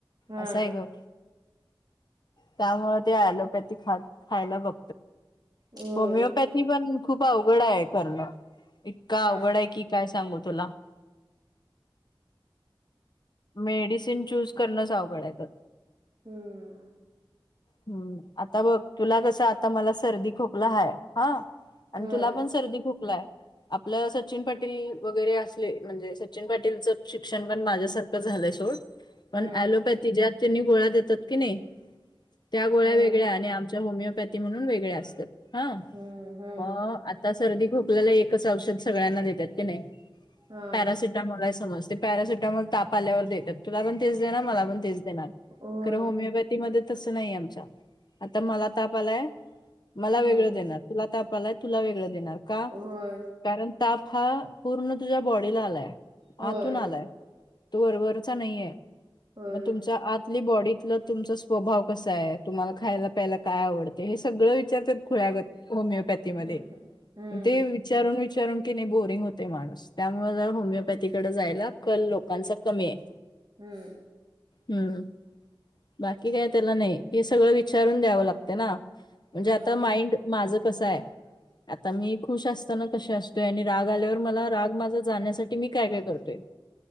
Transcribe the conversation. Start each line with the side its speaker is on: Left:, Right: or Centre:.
Right: हा
Left: असं आहे गं त्यामुळे ते एलोपॅथी खात खायला बघ
Right: होय
Left: होमिओपॅथी पण खूप अवघड आहे करणं. का
Right: हा
Left: अवघड आहे, की काय सांगू तुला? मेडिसिन चूज करणच अवघड आहे त्यात
Right: हम्म
Left: हम्म. आता बघ तुला कसं, आता मला सर्दी खोकला आहे हा. आणि
Right: होय
Left: तुला पण सर्दी खोकला आहे. आपलं सचिन पाटील वगैरे असले म्हणजे सचिन पाटीलचा शिक्षण पण माझ्यासार खं झालंय सोड पण
Right: हम्म
Left: एलोपॅथी ज्या त्यांनी गोळाया देतात की नाही त्या गोळ्या
Right: हम्म
Left: वेगळ्या आणि आमच्या होमिओपॅथी म्हणून वेगळ्या असत्यात. हा
Right: हम्म हम्म
Left: म आता सर्दी खोकल्याला एकच औषध सगळ्यांना देत्यात क नाय
Right: हा
Left: पॅरासिटामॉल समज ते पॅरासिटामॉल ताप पाल्यावर देतात तुला पण तेच देणार मला पण तेच देणार
Right: होय
Left: खरं होमिओपैथ थी नाही तसं नाही आहे आमचा आता मला ताप आलाय मला
Right: हम्म
Left: वेगळं देणार तुला ताप प आलाय तुला वेगळं देणार का
Right: होय
Left: कारण ताप हा पूर्ण तुझ्या बॉडीला आलाय
Right: होय
Left: आतून आलाय तो वर वरचा नाहीय
Right: होय
Left: म तुमच्या आत तली बॉडीतलं तुमचा स्वभाव कसा आहे तुम्हाला खायला प्यायला काय आवडते हे सगळं विचारतात खुळ्यागत होमिओपॅथी म
Right: हम्म
Left: ते वि चारून-विचारून की नाही बोरिंग होते माणूस त्यामुळे जरा होमिओपॅथीकडे जायला कल लोकांचा कमी आहे.
Right: हम्म.
Left: हम्म. बाकी काय त्याला नाही हे सगळं विचारून द्यावं लागतं ना म्हणजे
Right: होय
Left: आता माइंड माझं कसं आहे आता मी खुश असताना कशे असतोय आणि राग आल्यावर मला राग माझा जाण्यासाठी मी काय काय करतोय